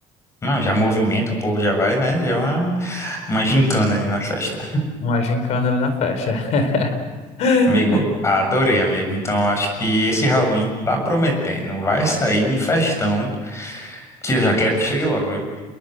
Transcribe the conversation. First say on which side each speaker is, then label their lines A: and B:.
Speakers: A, on the left; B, on the left.
A: Não, já movimenta, o povo já vai, né? Já é uma, uma gincana ali na festa.
B: Uma gincana ali na festa. <laughs>
A: Amigo, adorei, amigo. Então acho que esse Halloween tá prometendo. Vai sair um festão que eu já quero que chegue logo, viu?